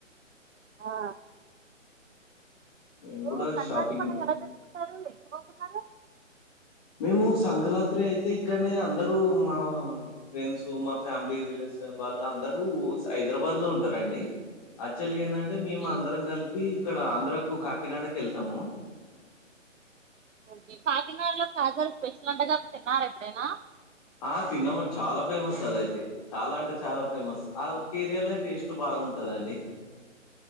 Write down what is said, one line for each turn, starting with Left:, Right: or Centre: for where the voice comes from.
Right: ఆ
Left: మేము కూడా
Right: ఇ సంక్రాంతి
Left: షాపింగ్
Right: పండుగ ఎలా జప్పుకుంటారు ఎక్కడి పోతున్నారు
Left: మేము సంగరాత్రి అయితే ఇక్కడనే అందరుూ మా ఫ్రెండ్స్ మా ఫ్యామిలీ రిలేషవ వాళ్ళ అందరూ హైదరాబాద్ లో ఉంటారండి యాక్చువల్గా ఏంటంటే మేము
Right: ఓకే
Left: అందరం కలిపి ఇక్కడ ఆంధ్రకు కాకినాడకి వెళ్తాము
Right: ఓకే కాకినాడలో కాజాలు స్పెషల్ అంటగా ఒక తిన్నారా ఎప్పుడైనా
Left: ఆ తిన్నామని చాలా ఫేమస్ అదయితే చాలా అంటే చాలా ఫేమస్ ఆ ఒక్క ఏరియాలోనే టేస్ట్ బాగా బాగుంటదండి